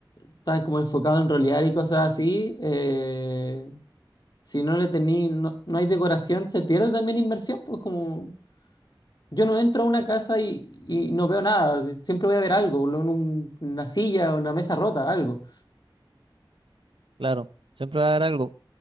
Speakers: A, on the left; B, on the right.
A: están como enfocados en rolear y cosas así, eh, si no le tení, no, no hay decoración, se pierde también inmersión, pues como... Yo no entro a una casa y, y no veo nada. si- Siempre voy a ver algo, por lo menos un- una silla, una mesa rota, algo.
B: claro, siempre va a haber algo.